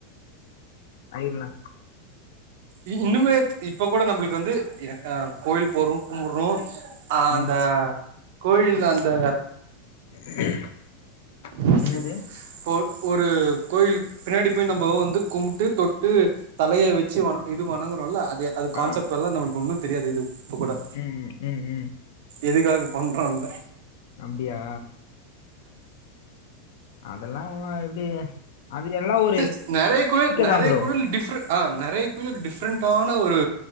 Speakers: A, on the left; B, on the right.
A: அயிர்னா
B: இ இன்னுமே இப்ப கூட நம்மளுக்கு வந்து ய ஆ கோவிலுக்கு போறோ கும்பிட்றோ ஆ
A: ம்
B: அந்த கோயில்ல அந்த
A: <inaudible>
B: இப்போ
A: என்னது
B: ஒ ஒரு கோயிலுக்கு பின்னாடி போய் நம்ம வந்து கும்ட்டு தொட்டு தலய வச்சு வன இது வணங்குறோல்ல அதே அது
A: ஆ
B: கான்செப்ட் எல்லா நம்மளுக்கு ஒன்னு தெரியாது இது இப்ப கூட
A: ம் ம் ம் ம்
B: எதுக்காக பண்றாங்க
A: அப்டியா அதெல்லாவ்வா எப்டி அது எல்லா ஒரு
B: த்து நெறையா கோயில் நெறையா
A: தான் ப்ரோ
B: கோயில் டிஃப்ரெ ஆ நெறைய கோயில்ல அது டிஃப்ரெண்ட்டான ஒரு